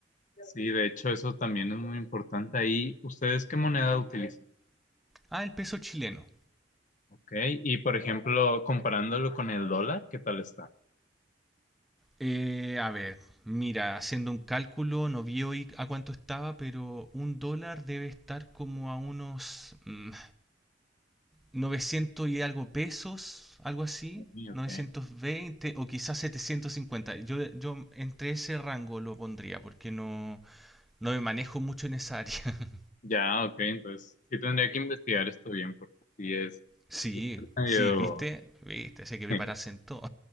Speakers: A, on the left; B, in the centre.
A: Sí, de hecho, eso también es muy importante. Ahí, ¿ustedes qué moneda utilizan?
B: Ah, el peso chileno.
A: Ok, y por ejemplo, comparándolo con el dólar, ¿qué tal está?
B: Eh, a ver, mira, haciendo un cálculo, no vi hoy a cuánto estaba, pero un dólar debe estar como a unos mm, 900 y algo pesos, algo así,
A: Uy, Ok,
B: 920 o quizás 750. Yo, yo entre ese rango lo pondría porque no, no me manejo mucho en esa área. <laughs>
A: ya, ok, entonces sí tendría que investigar esto bien porque sí es
B: Sí,
A: medio...
B: sí, ¿viste? ¿Viste? sí hay que prepararse
A: <laughs>
B: en todo.